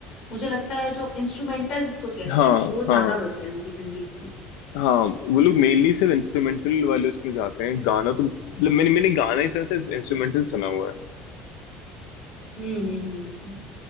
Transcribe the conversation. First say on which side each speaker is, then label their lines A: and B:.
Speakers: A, on the left; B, on the left.
A: मुझे लगता है जो इंस्ट्रूमेंटल जिसको कहते
B: हाँ
A: हैं वो ज्यादा
B: हाँ
A: होते हैं उनकी संगीत में
B: हाँ वो लोग मेनली सिर्फ
A: हम्म।
B: इंस्ट्रूमेंटल वाले उसमें जाते हैं गाना तो मतलब मैंने मैंने गाना ही सुना सिर्फ इंस्ट्रूमेंटल सुना हुआ है
A: हम्म हम्म हम्म, हम्म,